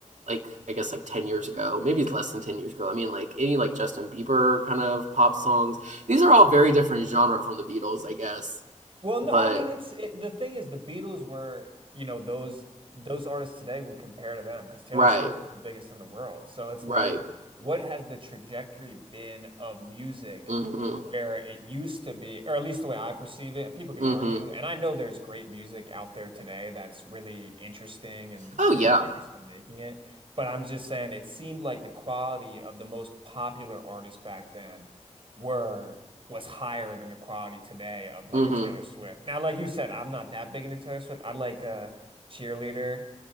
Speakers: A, on the right (about 80°); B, on the right (about 45°).
A: like I guess like 10 years ago, maybe it's less than 10 years ago. I mean like any like Justin Bieber kind of pop songs. These are all very different genre from the Beatles, I guess.
B: Well, no,
A: But
B: I mean it's it, the thing is the Beatles were, you know, those those artists today would compare to them because Taylor
A: right,
B: Swift is the biggest in the world. So it's
A: right.
B: like, what has the trajectory been of music
A: Mhm.
B: where it used to be, or at least the way I perceive it, and people can
A: Mhm.
B: argue, and I know there's great music out there today that's really interesting and,
A: Oh
B: you
A: yeah.
B: know, people are still making it, but I'm just saying it seemed like the quality of the most popular artists back then were was higher than the quality today of like
A: Mhm.
B: a Taylor Swift. Now, like you said, I'm not that big into Taylor Swift. I like uh Cheerleader.